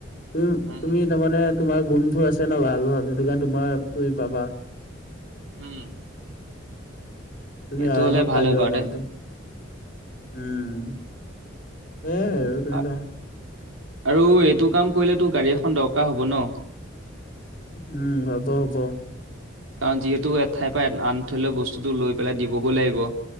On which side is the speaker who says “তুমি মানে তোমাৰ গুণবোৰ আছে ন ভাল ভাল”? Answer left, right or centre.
Left